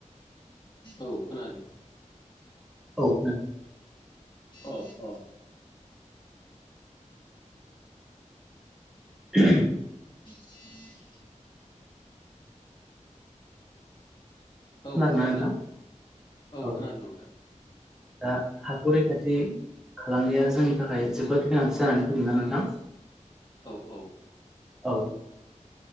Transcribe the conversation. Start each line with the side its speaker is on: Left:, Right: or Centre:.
Left: औ खोनादों,
Centre: <unintelligible>
Left: अह अह
Centre: <unintelligible>
Left: <inaudible> औ
Centre: खोनादोंना
Left: खोनादों
Centre: नोंथां औ
Left: खोनादों नोंथां
Centre: दा
Left: उम
Centre: हाखौ रैखाथि थि खालामनाया जोंनि थाखाय जोबोद गोनांथि जानानै फैदोंना नोंथां
Left: औ औ
Centre: औ